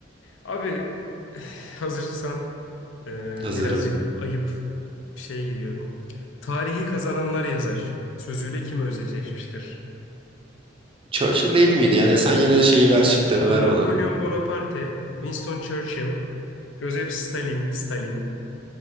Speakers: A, on the left; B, on the right.
A: Abi <sighs> hazırsan e,
B: Hazırım.
A: birazcık ayıp bir şeye giriyorum. Tarihi kazananlar yazar. Sözüyle kim özdeşleşmiştir?
B: Churchill değil miydi? Yani sen yine de şeyi ver şıkları
A: Napolyon
B: ver bana.
A: Bonaparte, Winston Churchill, Joseph Stalin, Stalin,